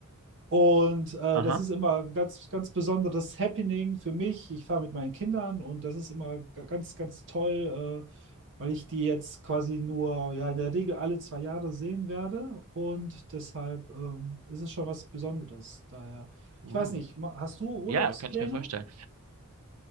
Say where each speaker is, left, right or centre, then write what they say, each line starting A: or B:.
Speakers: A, on the right (about 55°); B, on the right (about 80°).
A: Und äh,
B: Aha.
A: das ist immer ein ganz, ganz besonderes Happening für mich. Ich fahre mit meinen Kindern und das ist immer g- ganz, ganz toll, äh, weil ich die jetzt quasi nur, ja, in der Regel alle zwei Jahre sehen werde. Und deshalb ähm, ist es schon was Besonderes. Daher,
B: Uh.
A: ich weiß nicht, ma- hast du Urlaubspläne?
B: Ja, kann ich mir vorstellen.